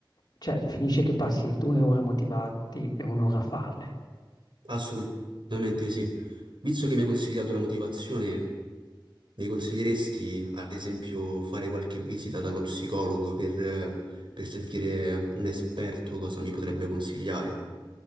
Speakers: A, on the left; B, on the right.
A: cioè finisce che passi due ore motivati e un'ora a farle.
B: assolutamente sì. Visto che mi hai consigliato la motivazione, mi consiglieresti ad esempio fare qualche visita dallo psicologo per, per sentire un esperto cosa mi potrebbe consigliare?